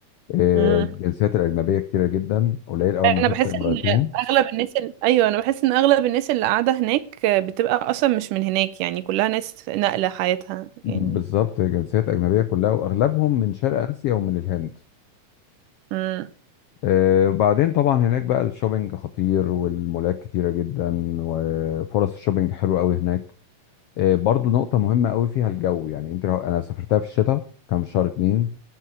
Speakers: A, on the left; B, on the right.
A: آه،
B: امم
A: الجنسيات الاجنبيه كتيره جدا قليل اول ما
B: انا
A: شفت
B: بحس
A: امرأتين
B: ان اغلب الناس ال... ايوه انا بحس ان اغلب الناس اللي قاعده هناك بتبقى اصلا مش من هناك يعني كلها ناس نقله حياتها
A: بالظبط
B: يعني
A: جنسيات اجنبيه كلها واغلبهم من شرق اسيا ومن الهند
B: امم
A: آه، وبعدين طبعا هناك بقى الشوبينج خطير والمولات كتيره جدا وفرص الشوبينج حلوه قوي هناك آه، برضو نقطه مهمه قوي فيها الجو يعني انت لو انا سافرتها في الشتاء كان في شهر اتنين